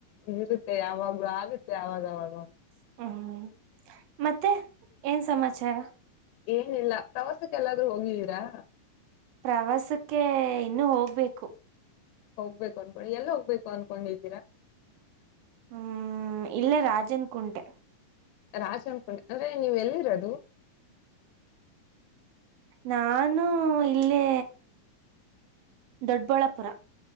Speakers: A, on the left; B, on the right.
A: ಹಾರುತ್ತೆ ಯವಾಗ ಆುತ್ತೆ ಆವಾಗವಾಗ
B: ಹ್ಮ ಮತ್ತೆ ಏನ್ ಸಮಾಚಾರ
A: ಏನಿಲ್ಲ ಪ್ರವಾಸಕ್ಕೆ ಎಲ್ಲಾದ್ರೂ ಹೋಗಿದ್ದೀರಾ
B: ಪ್ರವಾಸಕ್ಕೆ ಇನ್ನುೂ ಹೋಗ್ಬೇಕು
A: ಹೋಗ್ಬೇಕು ಅನ್ಬೇಿ ಎಲ್ಲ ಹೋಗ್ಬೇಕು ಅನ್ಕೊಂಡಿದ್ದೀರಾ
B: ಹ್ಮ್ ಇಲ್ಲ ರಾಜನ್ ಕುಂಟೆ
A: ರಾಜ ಅನ್ಕೊಂಡೆ ಅಂದ್ರೆ ನೀವ ಎಲ್ಲಿರೋದು
B: ನಾನು ಇಲ್ಲೇ ದೊಡ್ಡಬಳ್ಳಾಪುರ